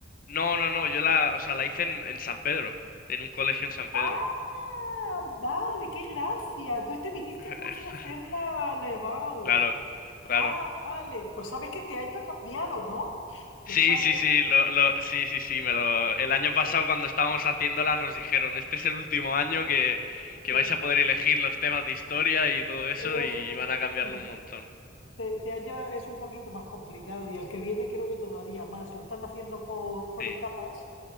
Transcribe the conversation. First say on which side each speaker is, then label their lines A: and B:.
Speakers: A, on the left; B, on the left.
A: no, no, no, yo la, o sea, la hice en, en San Pedro, en un colegio en San Pedro.
B: Ah, vale, qué gracia. Entonces te viniste
A: <laughs>
B: a Murcia a hacer la, la EBAU.
A: Claro, claro.
B: Ah, vale. Pues sabes que este año ha cambiado, ¿no? ¿Lo
A: Sí,
B: sabes?
A: sí, sí, lo, lo- sí, sí, sí, me lo, el año pasado cuando estábamos haciéndola nos dijeron, este es el último año que, que
B: Sí,
A: vais a poder elegir los temas de historia y todo eso
B: eso
A: y van
B: es.
A: a cambiarlo
B: Ujú.
A: un montón.
B: Este, este año es un poquito más complicado y el que viene creo que todavía más. Lo están haciendo por, por
A: Sí,
B: etapas